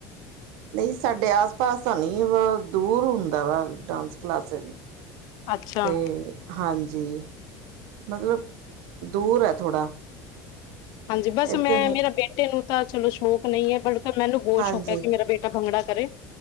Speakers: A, on the right; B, on the left.
A: ਨਈ ਸਾਡੇ ਆਸ ਪਾਸ ਤਾਂ ਨਹੀਂ ਵਾ ਦੂਰ ਹੁੰਦਾ ਵਾ ਡਾਂਸ ਕਲਾਸਿਸ।
B: ਅੱਛਾ
A: ਤੇ ਹਾਂਜੀ ਮਤਲਬ ਦੂਰ ਏ ਥੋੜਾ।
B: ਹਾਂਜੀ ਬਸ
A: ਇੱਧਰ
B: ਮੈਂ
A: ਨਹੀਂ
B: ਮੇਰਾ ਬੇਟੇ ਨੂੰ ਤਾਂ ਚਲੋ ਸ਼ੌਕ ਨਈ ਐ ਬਟ ਮੈਨੂੰ ਬਹੁਤ
A: ਹਾਂਜੀ
B: ਸ਼ੌਕ ਐ ਕਿ ਮੇਰਾ ਬੇ ਭੰਗੜਾ ਕਰੇ